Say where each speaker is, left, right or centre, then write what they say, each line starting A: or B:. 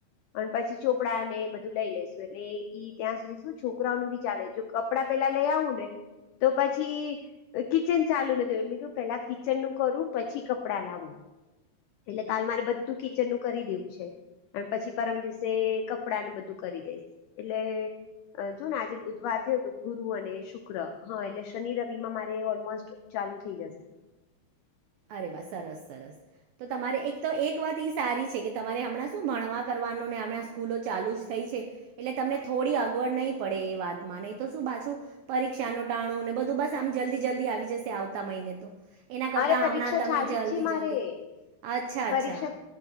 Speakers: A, on the left (about 85°); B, on the right (about 80°).
A: અને પછી ચોપડા ને બધું લઈ લઈસું એટલે ઈ ત્યાં સુધી શું છોકરાઓ ને બી ચાલે જો કપડા પેલા લઈ આવું ને તો પછી કિચન ચાલુ ની થયું મેં કેમ પેલા કિચન નું કરું પછી કપડા લાવું એટલે કાલ મારે બધું કિચન નું કરી દેવું છે અન પછી પરમ દિવસે કપડા ને બધું કરી દઈશ એટલે જો ને આજે બુધવાર થયો તો ગુરુ અને શુક્ર હા એટલે શનિ રવિ માં મારે ઓલમોસ્ટ ચાલુ થઈ જશે
B: અરે વા સરસ સરસ તો તમારે એક તો એક વાત ઈ સારી છે કે તમારે હમણાં શું ભણવા કરવાનું ને હમણાં સ્કૂલો ચાલુ જ થઈ છે એટલે તમને થોડી અગવડ નહીં પડે એ વાતમાં નહી તો શું પાછું પરીક્ષા ન ટાણું ને બ ધુ બસ આમ જલ્દી જલ્દી આવી જશે આવતા મહિને તો
A: અરે
B: તા
A: પરીક્ષા
B: હમણાં તમે
A: ચાલુ
B: જલ્દી
A: જ છે મારે
B: જલ્દી અચ્છા
A: પરીક્ષા
B: અચ્છા